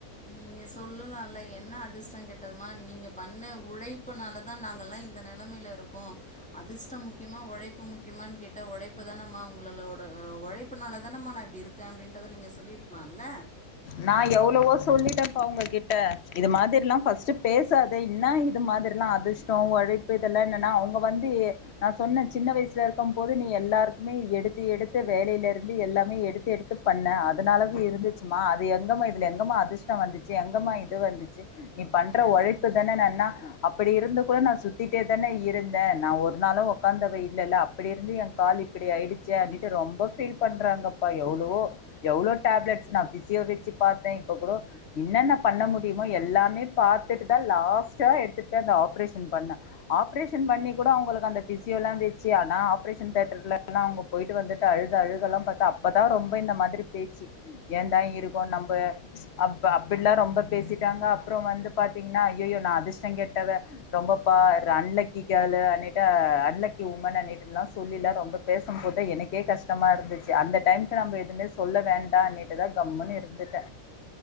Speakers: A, in the centre; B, on the left.
A: நீங்க சொல்லலால என்ன அதிர்ஷ்டங் கெட்டதுமா நீங்க பண்ண உழைப்புனாலதா நாங்கெல்லா இந்த நெலமைல இருக்கோ அதிர்ஷ்டோ முக்கியமா ஒழைப்பு முக்கியமானு கேட்டா உழைப்பு தானம்மா உங்களுளோடது உழைப்புனால தானம்மா நா இப்டி இருக்கே அப்டின்றத நீங்க சொல்லிருக்கலால்ல
B: நா எவ்வளவோ சொல்லிட்டம்ப்பா அவுங்க கிட்ட இது மாதிரிலா ஃபஸ்ட் பேசாத இன்ன இது மாதிரிலா அதிர்ஷ்டோ ஒழைப்பு இதெல்லா என்னனா அவங்க வந்து நா சொன்னே சின்ன வயசுல இருக்கம்போது நீ எல்லாருக்குமே எடுத்து எடுத்து வேலைல இருந்து எல்லாமே எடுத்து எடுத்து பண்ண அதனாலதா இருந்துச்சும்மா எங்கம்மா இதுல எங்கம்மா அதிர்ஷ்டோ வந்துச்சு எங்கமா இது வந்துச்சு நீ பண்ற உழைப்பு தானேன அப்படி இருந்து கூட நா சுத்திட்டே தானே இருந்தே நா ஒரு நாளு உக்காந்தவ இல்லல அப்படி இருந்து என் கால் இப்டி ஆயிடுச்சே அப்டின்டு ரொம்ப பீல் பண்றாங்கப்பா எவ்ளவோ எவ்ளோ டேப்லெட்ஸ் நா பிசி எதுக்கு பாத்தே இப்போ கூட என்னன்ன பண்ண முடியுமோ எல்லாமே பாத்துட்டுதா லாஸ்ட்ட ஆஹ் எடுத்துட்டு அந்த ஆப்ரேசன் பண்ண ஆப்ரேசன் பண்ணி கூட அவங்களுக்கு அந்த பிசியோல வெச்சு ஆனா ஆப்ரேசன் தியேட்டர்ல அவங்க போயட்டு வந்துட்டு அழுத அழுகல பாத்து அப்பதா ரொம்ப இந்த மாரி பேச்சு ஏன்ட எ இதுக்கோ நம்பு ப்ச்சு அப்டிலா ரொம்ப பேசிட்டாங்க அப்றோ வந்து பாத்தீங்கன்னா ஐய்யயோ நா அதிர்ஷ்டோ கேட்டவா ரொம்பப் பா ஆன்லக்கி கேர்ள் அன்னிட்டு ஆன்லக்கி வுமேனிட்டு ல சொல்லில ரொம்ப பேசு போத எனக்கே கஷ்டமா இருந்துச்சு அந்த டைம்கு நம்ம ஏதுமே சொல்ல வேண்டான்னிட்டு தா கம்முனு இருந் இருந்துட்ட